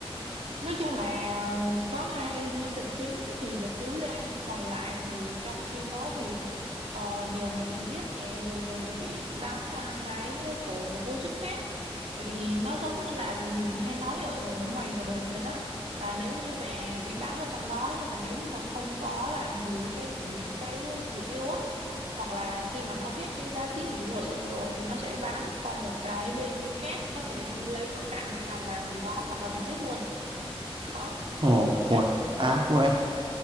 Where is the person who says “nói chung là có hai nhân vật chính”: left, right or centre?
Right